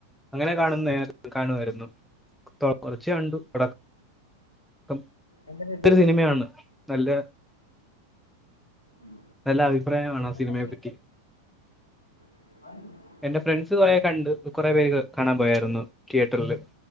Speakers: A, in the centre; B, on the left.
A: അങ്ങനെ കാണുനന്നെ കാണുവായിരുന്ന് കുറച്ച് കണ്ടു പടം മൊത്തം
B: എങ്ങനെയുണ്ട്
A: <unintelligible> സിനിമയാണ് നല്ല
B: ഉം.
A: നല്ല ആ പ്രെയാണോ
B: അതെ
A: സിനിമയെപ്പറ്റി.
B: <unintelligible>
A: എന്റെ ഫ്രണ്ട്സ് കുറേ കണ്ട് കുറേ പേര് കാണാൻ പോയാരുന്നു തിയേറ്ററില്